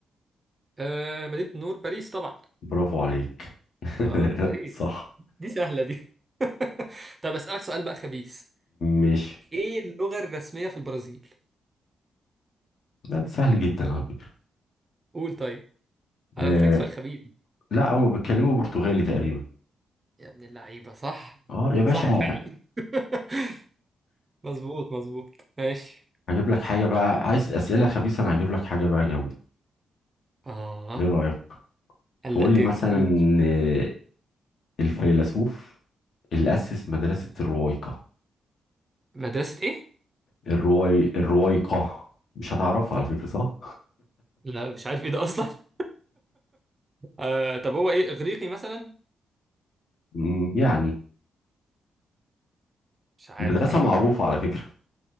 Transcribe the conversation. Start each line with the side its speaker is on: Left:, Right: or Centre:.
Right: آه... مدينه النور باريس طبعا
Left: برافو عليك
Right: اه
Left: <laughs>
Right: باريس
Left: صح
Right: دي سهله دي <laughs> طب اسالك سؤال بقى خبيث
Left: ماشي
Right: ايه اللغه الرسميه في البرازيل
Left: لا ده سهل جدا على فكرة
Right: قول طيب انا
Left: آه
Right: قلت لك سؤال خبيث
Left: لا هو بيتكلموا برتغالي تقريبا
Right: يا ابن اللعيبه صح
Left: اه يا باشا
Right: صح فعلا <laughs> مظبوط مظبوط ماشي
Left: هجيب لك حاجة بقى عايز أسئلة خبيثة أنا هجيب لك حاجة بقى جامدة
Right: اه
Left: إيه رأيك
Right: قلقتني
Left: تقول لي مثلا
Right: أم-
Left: آه، الفيلسوف اللي أسس مدرسة الروايقة
Right: مدرسة ايه؟
Left: الرواي الروايقة مش هتعرفها على فكرة صح؟
Right: لا مش عارف ايه ده اصلا <laughs> آه طب هو ايه اغريقي مثلا؟
Left: مم، يعني
Right: مش عارف
Left: مدرسة
Right: ايه ما
Left: معروفة على فكرة